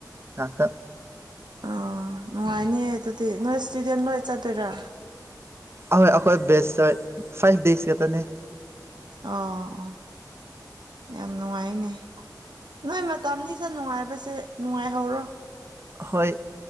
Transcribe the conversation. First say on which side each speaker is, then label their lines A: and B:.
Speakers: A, on the right; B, on the right.
A: ꯉꯥꯛꯇ
B: ꯑ ꯅꯨꯡꯉꯥꯏꯅꯤꯌꯦ ꯑꯗꯨꯗꯤ ꯅꯣꯏ ꯏꯁꯇꯨꯗꯦꯟ ꯂꯣꯏ ꯆꯠꯇꯣꯏꯔꯥ
A: ꯑꯍꯣꯏ ꯑꯩꯈꯣꯏ ꯕꯦꯁꯇ ꯍꯣꯏ ꯑꯩꯈꯣꯏ ꯗꯦꯖ ꯈꯛꯇꯅꯦ
B: ꯑꯥ ꯑꯥ ꯌꯥꯝ ꯅꯨꯡꯉꯥꯏꯅꯦ ꯅꯣꯏ ꯃꯇꯝꯅꯤꯁꯗ ꯅꯨꯡꯉꯥꯏꯕꯁꯦ ꯅꯨꯡꯉꯥꯏꯍꯧꯔꯣ
A: ꯍꯣꯏ